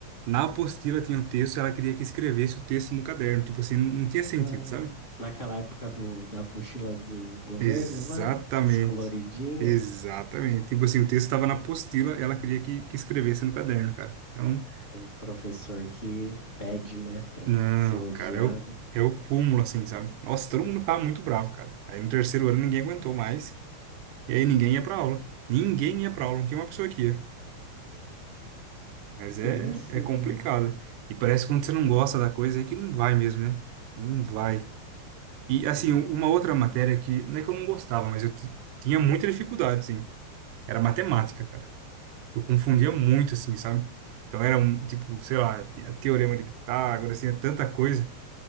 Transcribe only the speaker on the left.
Ah,
naquela época do, da apostila do governo
lá, as coloridinhas,
tem professor que pede, né, pra
ser odiado.
Bem assim
mesmo.
Hum,